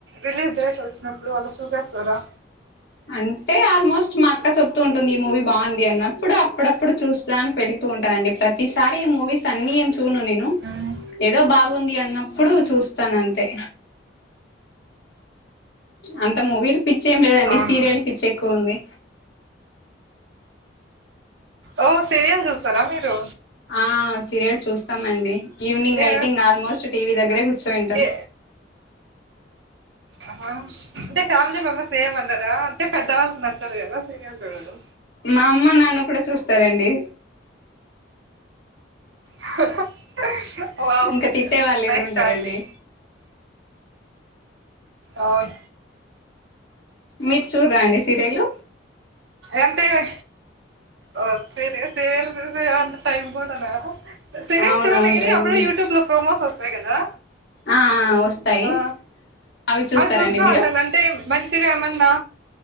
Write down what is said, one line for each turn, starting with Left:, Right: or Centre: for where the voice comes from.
Right: రిలీజ్ డ్రేస్ వచ్చినప్పుడు వాళ్ళు చూసేస్తారా
Left: అంటే ఆల్మోస్ట్ మా అక్క చెప్తూ ఉంటుంది ఈ మూవీ బాంది అన్నప్పుడు అప్పుడప్పుడు చూస్తా దానిక్ వెళుతూ ఉంటానండి ప్రతిసారి ఈ మూవీస్ అన్నీ ఏం చూన్ను నేను
Right: ఉమ్
Left: ఏదో బాగుంది అన్నప్పుడు చూస్తాను అంతే. అంత మూవీలు పిచ్చి ఏం లేదండి
Right: అవునా
Left: సీరియల్ పిచ్చి ఎక్కువ ఉంది.
Right: ఓ సీరియల్ చూస్తారా మీరు
Left: ఆ సీరియల్స్ చూస్తామండి ఈవినింగ్
Right: ఏ
Left: అయితే ఇంకా ఆల్మోస్ట్ టీవీ దగ్గరే కూర్చోయింటాం.
Right: ఏ ఆహా అంటే ఫ్యామిలీ మెంబర్స్ ఎమ్ అనరా అంటే పెద్దవాళ్లు నచ్చదు కదా సీరియల్ చూడడం.
Left: మా అమ్మ నాన్న కూడా చూస్తారండి
Right: అహహహా వావ్
Left: ఇంకా తిట్టే వాళ్ళు ఎవరుంటారండి
Right: నైస్ ఫ్యామిలీ అవును
Left: మీరు చూర్రా అండి సీరియల్లు
Right: ఎంతేవే ఓ తిరే సీరియల్ చూసేరా అంత టైం కూడానా. సీరియల్స్
Left: అవునవునులేండి
Right: చూన్నే అప్పుడు యూట్యూబ్లో ప్రోమోస్ వస్తాయి కదా.
Left: ఆ వస్తాయి
Right: ఆ
Left: అవి చూస్తారండి
Right: చూస్తా
Left: మీరు
Right: ఉంటాను అంటే మంచిగా ఏమన్నా